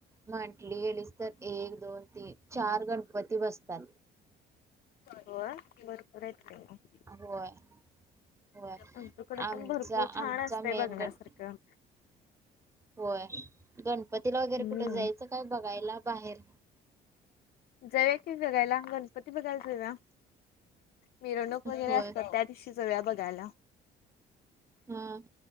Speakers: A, on the right (about 15°); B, on the left (about 65°).
A: म्हटली गेलीस तर एक दोन तीन चार गणपती बसतात.
B: होय भरपूर आहेत की ग.
A: अग होय. होय
B: आमच्याकडे
A: आमचा
B: पण भरपूर छान
A: आमचा
B: असतंय
A: मेन
B: बघण्यासारखं
A: गणपती. होय गणपतीला वगैरे
B: हम्म
A: कुठे जायचं काय बघायला बाहेर.
B: जाऊया कि बघायला गणपती बघायला जाऊया. मिरवणूक वगैरे
A: होय
B: असतात त्या दिवशी जाऊया बघायला.
A: हम